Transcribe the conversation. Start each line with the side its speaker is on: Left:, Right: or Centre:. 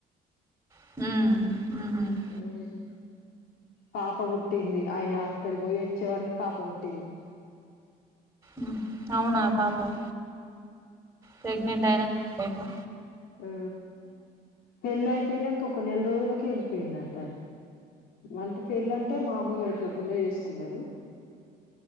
Right: మ్ మ్ హు
Left: మ్ పాప పుట్టింది ఆయన అక్కడ పోయి వచ్చే వరకి పాప పుట్టింది
Right: ఉ అవునా పాపం ప్రెగ్నెంట్ ఆయిన డేటా
Left: ఆ పెళ్ళి అయిపోయినంక ఒక నెల్ రోజులకే ఎళ్ళిపోయిందంట అంటే పెళ్ళంటే మామలుగ ఇట్లా గుల్ల చేసుకున్నరు.